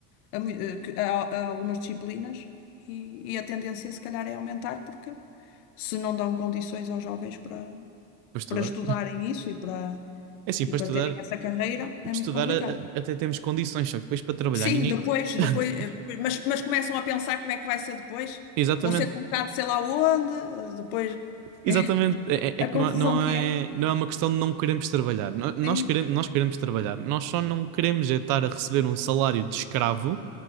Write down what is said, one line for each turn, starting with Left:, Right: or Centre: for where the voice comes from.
Left: a, mui- eh, que- a- a algumas disciplinas, e, e a tendência se calhar é aumentar porque se não dão condições aos jovens
Right: Para estudar.
Left: para estudarem isso e para,
Right: É assim,
Left: e
Right: para
Left: para
Right: estudar,
Left: terem essa carreira é
Right: estudar
Left: muito complicado.
Right: a- a- até temos condições, só que depois para trabalhar
Left: Sim,
Right: ninguém.
Left: depois, depois,
Right: <laughs>
Left: eh, mas, mas começam a pensar como é que vai ser depois.
Right: Exatamente.
Left: Vão ser colocados sei lá onde, eh, depois
Right: Exatamente.
Left: <laughs>
Right: É, é- é
Left: a
Right: que
Left: confusão
Right: não, é, não
Left: que
Right: é
Left: é.
Right: não é uma questão de não queremos trabalhar. No- Nós
Left: Sim,
Right: queremos, nós queremos trabalhar. Nós só não queremos é estar a receber um salário de escravo